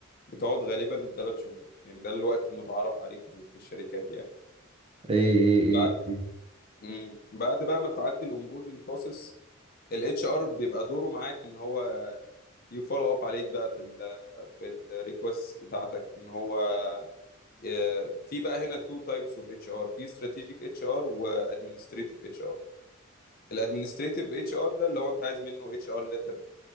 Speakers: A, on the left; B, on the right.
A: بتقعد غالبا ثلاث شهور يعني ده الوقت المتعارف عليه في في الشركات يعني
B: اي
A: بعد
B: اي اي
A: مم. بعد بقى ما تعدي الاونبوردنج بروسيس الاتش ار بيبقى دوره معاك ان هو يفولو اب عليك بقى في ال في الريكوست بتاعتك ان هو آه، في بقى هنا تو تايبس اوف اتش ار في استراتيجيك اتش ار وادمنستريتيف اتش ار الادمنستريتيف اتش ار ده اللي هو انت عايز منه اتش ار ليتر